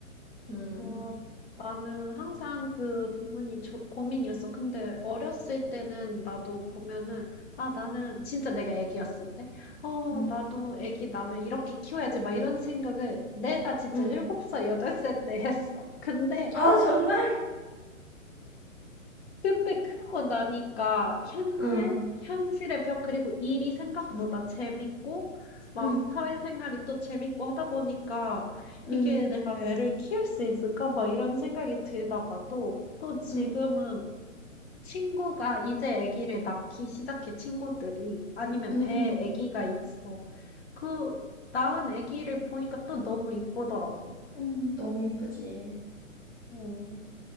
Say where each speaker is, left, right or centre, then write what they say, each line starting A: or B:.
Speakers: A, on the left; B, on the left.
A: 음,
B: 어, 나는 항상 그 부분이 조- 고민이었어. 근데 어렸을 때는 나도 보면은, 아, 나는 진짜 내가 애기였을 때, 어,
A: 음,
B: 나도 애기 나면 이렇게 키워야지. 막 이런 생각을 내가 진짜
A: 음.
B: 일곱 살 여덟 살 때 했어. 근데
A: 아, 정말?
B: <laughs> 근데 크고 나니까 현실,
A: 응,
B: 현실의 벽, 그리고 일이 생각보다
A: 음,
B: 재밌고, 막
A: 음,
B: 사회생활이 또 재밌고 하다 보니까
A: 음,
B: 이게 내가 애를 키울 수 있을까? 막 이런 생각이 들다가도 또 지금은
A: 음,
B: 친구가 이제 아기를 낳기 시작해 친구들이 아니면
A: 음,
B: 배에 아기가 있어. 그 낳은 아기를 보니까 또 너무 이쁘더라고.
A: 음, 너무 이쁘지.
B: 음,